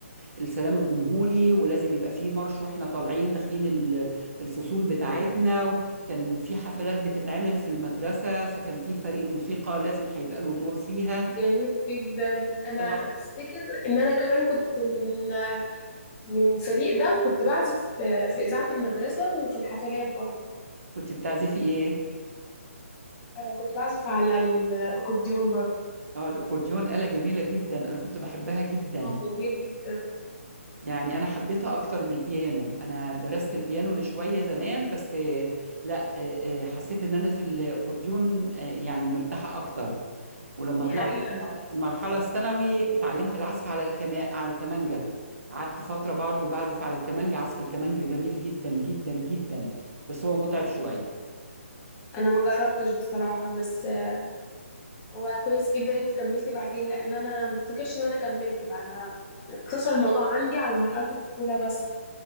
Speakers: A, on the right (about 70°); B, on the left (about 20°).
A: السلام الجمهوري ولازم يبقى فيه مارش واحنا طالعين داخلين ال- الفصول بتاعتنا كان في حفلات بتتعمل في المدرسة فكان في الفريق الموسيقى لازم هيبقى له دور فيها
B: جميل جدا انا
A: آه،
B: افتكر ان انا كمان كنت من من الفريق ده وكنت بعزف في في اذاعه المدرسه وفي الحفلات برضه
A: كنت بتعزفي ايه؟
B: آه، كنت بعزف على الأكورديون برضه
A: اه الاكورديون آلة جميلة جدا انا كنت بحبها جدا
B: اه جميل جدا
A: يعني انا حبيتها اكتر من البيانو انا درست البيانو لشوية زمان بس آه، لا آه، آه، حسيت ان انا في الاكورديون آه، يعني مرتاحة اكتر ولما
B: دي
A: طلعت
B: حقيقة
A: المرحلة الثانوي اتعلمت العزف على الكما... على الكمانجة قعدت فترة برضو بعزف على الكمانجة عزف الكمانجة جميل جدا جدا جدا بس هو متعب شوية
B: أنا ما جربتش بصراحة بس آه، هو كويس جدا أنتي كملتي بعدين لأن أنا ما افتكرش إن أنا كملت بقى أنا اقتصر الموضوع عندي على مرحلة الطفولة بس